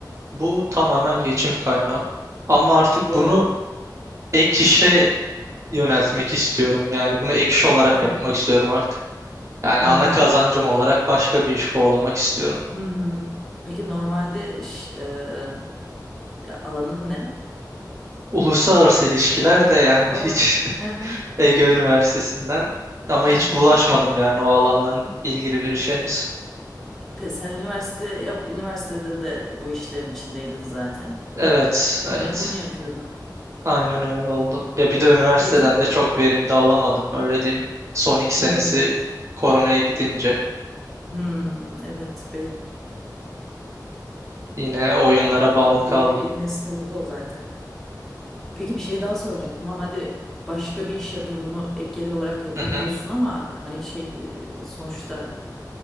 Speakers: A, on the right; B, in the centre.
A: Bu tamamen geçim kaynağı. Ama artık
B: Wow.
A: bunu ek işe yöneltmek istiyorum. Yani bunu ek iş olarak
B: Hı hı.
A: yapmak istiyorum artık. Yani
B: Hmm.
A: ana kazancım olarak başka bir iş kovalamak istiyorum.
B: Hı hı. Peki normalde iş, e, alanın ne?
A: Uluslararası ilişkiler de yani
B: Wow.
A: hiç
B: Hı hı.
A: <laughs> Ege Üniversitesi'nden ama
B: Hı
A: hiç
B: hı.
A: bulaşmadım yani o alandan ilgili bir şeyiniz.
B: Pe- Sen üniversite ya, üniversitede de bu işlerin içindeydin zaten.
A: Evet, evet.
B: Yine bunu yapıyordun.
A: Aynen öyle oldu. Ya bir de üniversiteden
B: Peki.
A: de çok verim de alamadım öyle diyeyim. Son iki senesi
B: Hmm.
A: koronaya gidince
B: Hmm, evet belli,
A: yine oyunlara bağlı
B: belli
A: kaldım.
B: bir nesli vurdu o zaten. Peki bir şey daha soracağım. Tamam hadi başka bir iş yapayım bunu ek gelir olarak yapayım
A: Hı hı,
B: diyorsun ama hani şey e, sonuçta